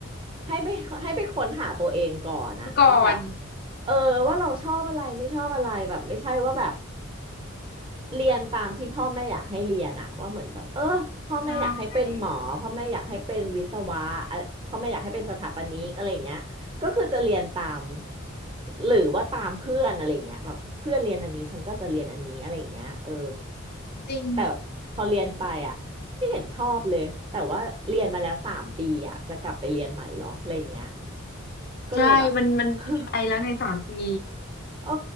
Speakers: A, on the right; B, on the left.
A: ให้ไป <laughs> ให้ไปค้นหาตัวเองก่อนอะว่าแบบ
B: ก่อน
A: เออว่าเราชอบอะไรไม่ชอบอะไรแบบไม่ใช่ว่าแบบเรียนตามที่พ่อแม่อยากให้เรียนอะว่าเหมือนแบบเออพ่อแม่อยากให้เป็นหมอพ่อแม่อยากให้เป็นวิศวะอะพ่อแม่อยากให้เป็นสถาปนิกอะไรอย่างเงี้ยก็คือจะเรียนตาม
B: ใช่
A: หรือว่าตามเพื่อนอะไรอย่างเงี้ยแบบเพื่อนเรียนอันนี้ฉันก็จะเรียนอันนี้อะไรอย่างเงี้ยเออ
B: จริง
A: แต่พอเรียนไปอะไม่เห็นชอบเลยแต่ว่าเรียนมาแล้วสามปีอ่ะจะกลับไปเรียนใหม่เหรออะไรอย่างเงี้ย ก็เลยแบบ
B: ใช่มันมันไปแล้วในสามปี
A: <laughs> เออ